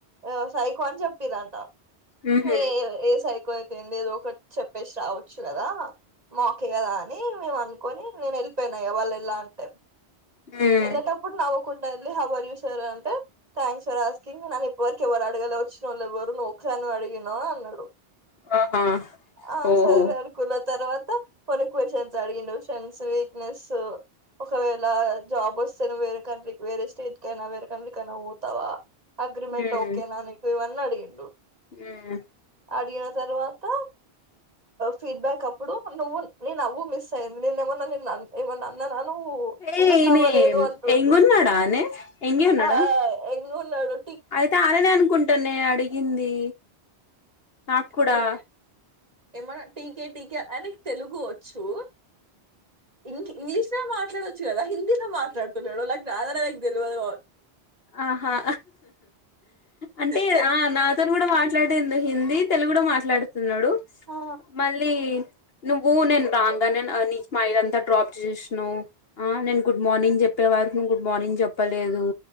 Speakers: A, on the right; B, on the left.
A: ఆ సైకో అని చెప్పిరంట
B: మ్హు
A: హేయ్ ఏ సైకో అయితేంది ఏదోకటి చెప్పేసి రావచ్చు కదా మాకే కదా అని మేము అనుకొని నేను వెళ్ళిపోయినా ఇగ వాళ్ళు ఎల్లా అంటే
B: మ్మ్
A: ఎళ్ళేటప్పుడు నవ్వుకుంటా వెళ్లి <unintelligible> చూసారాంటే థ్యాంక్స్ ఫర్ ఆస్కింగ్ నన్నిప్పటివరకు ఎవ్వరడగలే వచ్చినోళ్లేవ్వరు నువ్ ఒక్క దానివే అడిినావ్ అన్నాడు.
B: ఆహా
A: ఆ
B: ఓహో
A: సరే అనుకున్నా తర్వాత కొన్ని క్వషన్స్ అడినవ్ ఇండోషన్స్ వీక్నెస్ ఒకవేళ జాబ్ వస్తే నువ్ వేరే కంట్రీ వేరే స్టేట్కైనా వేరే కంట్రీ కైనా పోతావా అగ్రిమెంట్
B: మ్మ్
A: ఓకేనా నీకీవన్నీ అడిగిండు
B: మ్మ్
A: అడిగిన తర్వా తా ఫీడ్బ్యాక్ అప్పుడు నువ్వు నీ నవ్వు మిస్సయ్యింది నేనేమన్నా నిన్ను అన్ ఏమన్నా. అన్ న్నాను.
B: ఏ
A: ఎందుకు
B: ఈనే
A: నవ్వలేదు అంటుండు.
B: ఎంగున్నాడానే ఎంగే ఉన్నాడా
A: ఆ ఉన్నాడు.
B: అయితే అడనే అనుకుంటానే అడిగింది నాక్కూడా
A: అరే ఏమన్నా టీకే టీకే అయనకి తెలుగు వచ్చు. ఇంక ఇంగ్లీష్ లో మాట్లాడొచ్చు కదా హిందీలో మాట్లాడుతున్నాడు లైక్ దద లైక్ తెల్వద్
B: ఆహా! అంటే
A: స
B: ఆ నాక్ అతను కూడా మాట్లాడింది హిందీ తెలుగు కూడా మాట్లాడుతున్నాడు
A: ఆ
B: మళ్ళీ నువ్వు నేన్ రాంగనే నేన్ <unintelligible> డ్రాప్ చేస్న ఆ నేను గుడ్ మార్నింగ్ చెప్పే వరుకు గుడ్ మార్నింగ్ చెప్పలేదు.